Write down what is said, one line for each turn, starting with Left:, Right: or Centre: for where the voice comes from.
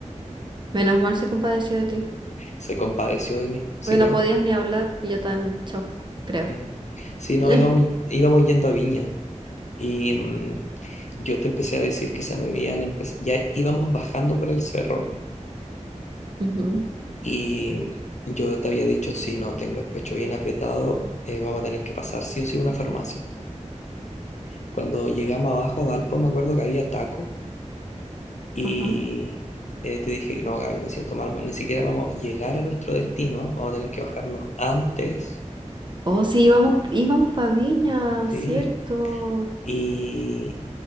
Right: Menos mal se compadeció de ti,
Left: Se compadeció de mí, sí,
Right: porque
Left: pues.
Right: no podías ni hablar y yo estaba en shock, creo.
Left: Ujú. Sí, no,
Right: <laughs>
Left: íbamos, íbamos yendo a Viña. Y mm, yo te empecé a decir que se me habían empezado, ya íbamos bajando por el cerro
Right: Ujú,
Left: y yo te había dicho, si no tengo el pecho bien apretado, eh, vamos a tener que pasar sí o sí a una farmacia. Cuando llegamos abajo a Valpo, me acuerdo que había taco y
Right: ajá.
Left: eh, te dije, no, Gaby, me siento mal, ni siquiera vamos a llegar a nuestro destino, vamos a tener que bajarnos antes.
Right: Oh, sí, íbamos, íbamos para Viña,
Left: Sí.
Right: ¿cierto?
Left: y